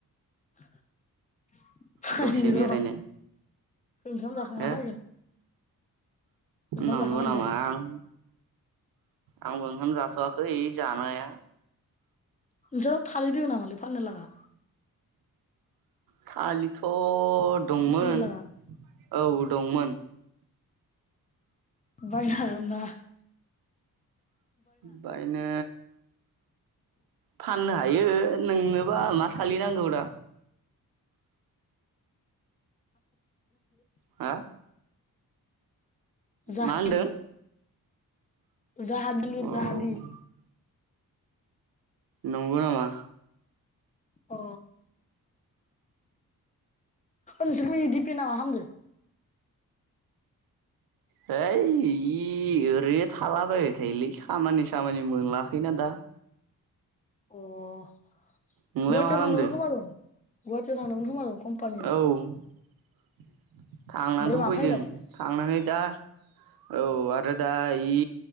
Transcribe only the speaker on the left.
<inaudible> फायनिर'
ओंखाम जाखांना
फैगोन ओंखाम
जाखां फैगोन
दे
ज थालिद दङ नामालै फाननो लाङा
फाननो लागा
बायहा बा
जाहा
जाहादि <unintelligible>
जाहादि
अ ओ नोंसोरबो बेदि फेयो नामा हा बुंदों
अ गुवाहाटीयाव
थांदोंमोन खोमा दं गुवाहाटीयाव थांदोंमोन खोमा दं कम्पानियाव
ओमफ्राय मा
फैबाय